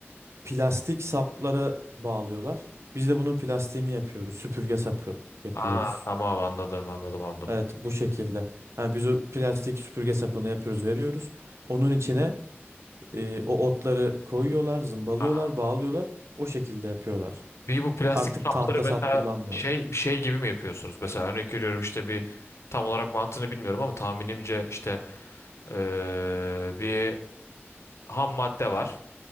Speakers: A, on the right; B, on the left.
A: plastik saplara bağlıyorlar. Biz de bunun plastiğini yapıyoruz. Süpürge sapı yapıyoruz.
B: Aa tamam anladım anladım anladım.
A: Evet bu şekilde. Ha, biz o plastik süpürge sapını yapıyoruz, veriyoruz. Onun içine e, o otları koyuyorlar, zımbalıyorlar,
B: Aha.
A: bağlıyorlar. O şekilde yapıyorlar.
B: Peki bu plastik
A: Artık
B: kapları
A: tahta
B: mesela
A: sap kullanmıyorlar.
B: şey bir şey gibi mi yapıyorsunuz? Mesela örnek veriyorum işte bir tam olarak mantığını bilmiyorum ama tahminimce işte eee, bir ham madde var.